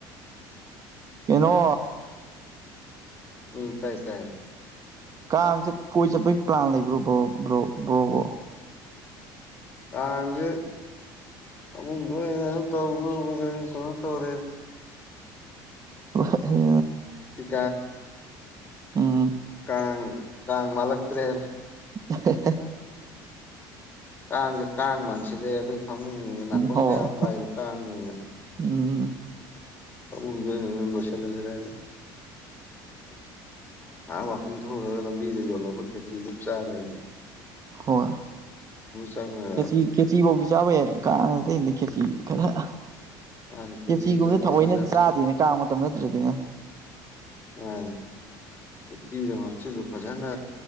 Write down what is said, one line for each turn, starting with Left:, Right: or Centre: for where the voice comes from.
Right: ꯀꯩꯅꯣ
Left: ꯃꯤ ꯇ ꯏ ꯇ
Right: ꯀꯥꯡ ꯆꯠ ꯀꯣꯏ ꯆꯠꯄꯒꯤ ꯄ꯭ꯂꯥꯟ ꯂꯩꯕ꯭ꯔꯣꯕꯣ ꯕ꯭ꯔꯣꯕꯣ
Left: ꯇꯉ ꯑꯃꯨꯡ ꯇ ꯀ ꯇꯧꯔꯦ
Right: ꯐ ꯍ
Left: ꯀꯦ
Right: ꯑꯣ
Left: ꯀꯪ ꯀ ꯃꯥꯂꯛꯇ ꯇꯦ
Right: <inaudible>
Left: ꯀꯥꯡꯁꯦ ꯀꯥꯡ ꯃꯥꯟꯁꯤꯦ ꯑꯩꯈꯣꯏ ꯐꯃꯨꯡ ꯅꯥꯀꯣꯡ
Right: ꯍꯣꯏ
Left: ꯃꯌꯥ ꯄꯥꯏꯕ ꯀꯥꯡꯅꯅ
Right: ꯎꯝ
Left: ꯑꯝꯕꯁꯂ ꯁꯔꯔꯦ ꯑꯥ ꯋꯥꯛꯀꯤꯡ ꯊꯔꯒ ꯂꯝꯕꯤꯗ ꯌꯣꯜꯂꯝꯕ ꯈꯦꯆꯤ ꯑꯗꯨꯝ ꯆꯥꯔꯒꯅꯤ
Right: ꯍ
Left: ꯆꯪꯉꯒ
Right: ꯀꯦꯆ ꯀꯦꯆ ꯣꯗꯤ ꯆꯕ ꯌꯥ ꯀꯥꯅꯗ ꯀꯈꯤ ꯆ ꯈꯔ
Left: ꯃꯥꯅ ꯈꯦꯆꯤꯗꯨꯃ
Right: ꯀꯦꯆꯤꯒꯨꯝꯕꯗꯤ ꯊꯑꯣꯏꯅꯗꯤ
Left: ꯐꯖꯅ
Right: ꯆꯥꯗꯦꯅ ꯀꯥꯡꯕ ꯃꯇꯝ ꯅꯠꯇ꯭ꯔꯗꯅ
Left: ꯑ ꯎꯇꯤꯔ ꯍꯥꯞꯆꯤꯜꯂꯣ ꯐꯖꯅ